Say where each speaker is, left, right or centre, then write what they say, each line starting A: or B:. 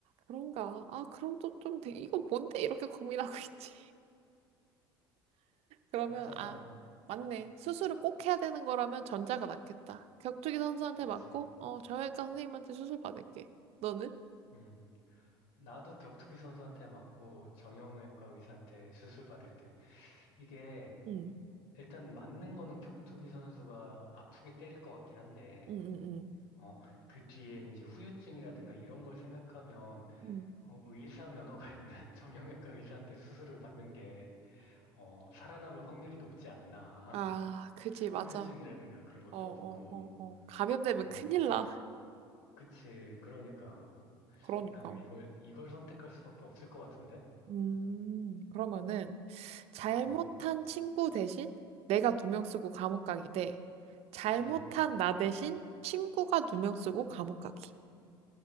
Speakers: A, on the right; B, on the left.
A: 그런가? 아, 그럼 또 좀, 되- 이거 뭔데 이렇게 고민하고 있지? 그러면,
B: 맞잖아.
A: 아, 맞네. 수술을 꼭 해야 되는 거라면 전자가 낫겠다. 격투기 선수한테
B: 그치.
A: 맞고, 어, 정형외과 선생님한테 수술 받을게. 너는?
B: 응. 나도 격투기 선수한테 맞고 정형외과 의사한테 수술 받을게. 이게
A: 응,
B: 일단 맞는 거는 격투기 선수가 아프게 때릴 것 같긴 한데,
A: 응, 응, 응.
B: 어, 그 뒤에 이제 후유증이라든가 이런 걸 생각하면
A: 응
B: 어, 의사 면허가 있는 <laughs> 정형외과 의사한테 수술을 받는 게, 어, 살아남을 확률이 높지 않나.
A: 아, 그지,
B: <laughs>
A: 맞아.
B: 후유증이라든가 그런 것도
A: 어, 어,
B: 없고,
A: 어, 어. 감염되면
B: 음,
A: 큰일 나.
B: 그치. 그러니까,
A: 그러니까.
B: 나 이걸, 이걸 선택할 수밖에 없을 것 같은데?
A: 음, 그러면은 잘못한
B: 어,
A: 친구 대신 내가 누명 쓰고 감옥 가기 대 잘못한
B: 음.
A: 나 대신 친구가 누명 쓰고 감옥 가기.